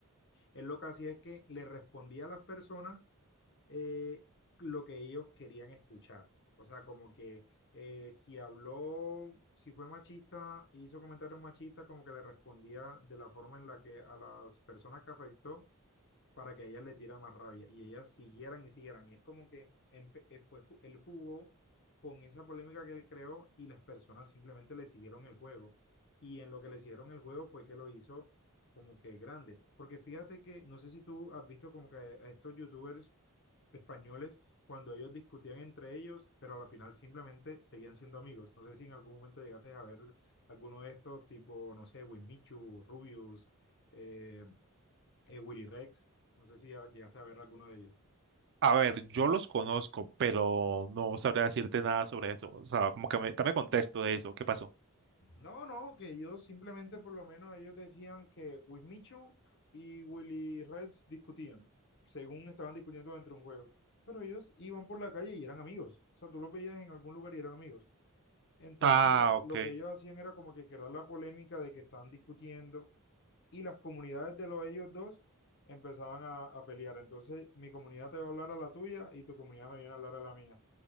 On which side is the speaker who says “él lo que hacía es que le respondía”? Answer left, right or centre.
Left